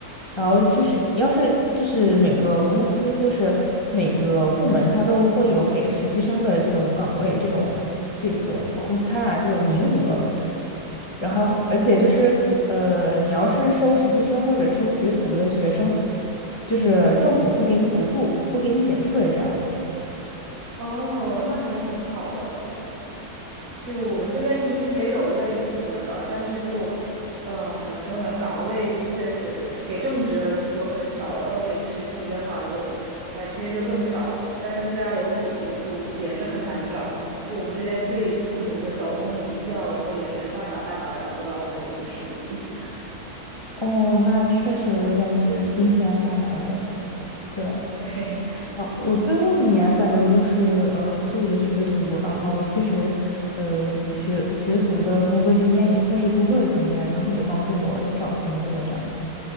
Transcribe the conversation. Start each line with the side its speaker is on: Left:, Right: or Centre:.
Left: 然后就是你要是就是每个公司就是每个部门它都会有给实习生的这种岗位，这种这种 quota 这种名额。然后，
Right: 啊，
Left: 而且就是，呃，你要是收实习生或者收学徒的学生，就是政府会给你补助，会给你减税这样子。
Right: 哦，那还挺好的。就我们这边其实也有类似的吧，但是就，呃，怎么说呢？岗位的确是，这给正职的就很少，然后给实习的话就，哎，其实就更少了。但是虽然有补助，就也是很难找。就我们这边最著名的招工名校，然后也是大把大把找不到那种实习。<laughs>
Left: 哦，那确实感觉听起来蛮难的。对，
Right: 对，
Left: 啊，我最后一年反正就是呃做的学徒，然后其实，呃学学徒的工作经验也算是工作的经验，然后也帮助我找工作这样子。